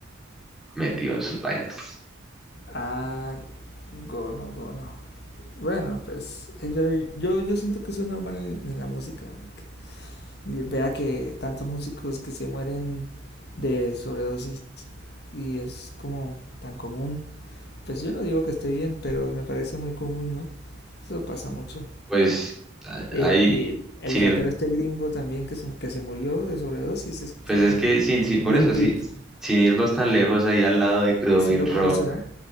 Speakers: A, in the centre; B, on the left (about 55°).
A: metido en sus vainas.
B: Ah, gono, gono. Bueno, pues eh, pero yo, yo siento que eso es normal en, en la música. marica. Ve- Vea que tantos músicos que se mueren de sobredosis y es como tan común. Pues yo no digo que esté bien, pero me parece muy común, ¿no? Eso pasa mucho.
A: Pues a-
B: El,
A: ahí,
B: el, el
A: sin
B: rapero
A: ir,
B: este gringo también que se, que se murió de sobredosis, este
A: pues es que sin, sin, por
B: Lil
A: eso,
B: Peep.
A: sí, sin irnos tan lejos, ahí al lado de Crudo
B: Sí
A: Min
B: lo
A: Ro.
B: conoce, ¿no?